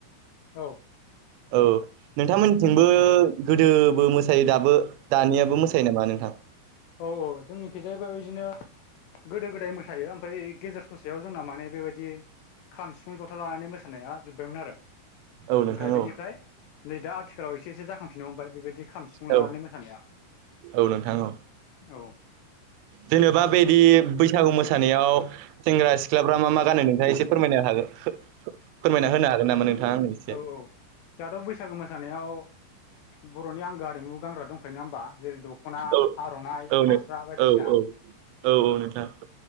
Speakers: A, on the left; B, on the right.
A: औ
B: औ नोंथांमोननिथिंबो गोदोबो मोसायो दाबो दानियाबो मोसायो नामा नोंथां
A: औ औ जोंनिखि जाहैबाय बिदिनो गोदो गोदाय मोसायो ओमफाय गेजेर ससेयाव जोंना माने बेबायदि खाम सिफुं जथा लानानै मोसानाया जोबबायमोन आरो
B: औ नोंथां
A: ओमफ्राय बेनिफ्राय
B: औ
A: नै दा आथिखालाव एसे एसे जाखांफिननो हमबाय बेबायदि खाम सिफुं
B: औ
A: लानानै मोसानाया
B: औ नोंथां औ
A: औ
B: जेनेबा बेदि बैसागु मोसानायाव सेंग्रा सिख्लाफ्रा मा मा गानो नोंथाङा एसे फोरमायनो हागोन फोरमायना होनो हागोन नामा नोंथाङा आंनो एसे
A: औ औ दाथ बैसागु मोसानायाव बर'नि आंगो आरिमु गानग्रा दंखायो नाङा होमबा जेरै दखना
B: औ
A: आर'नाइ
B: औ
A: फास्रा
B: नों
A: बायदिसिना
B: औ औ औ नोंथां